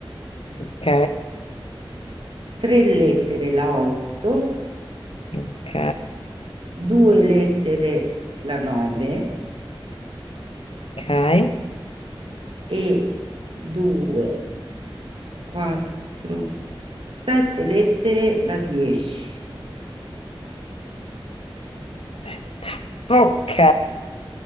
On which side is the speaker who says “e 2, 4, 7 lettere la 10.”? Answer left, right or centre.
Right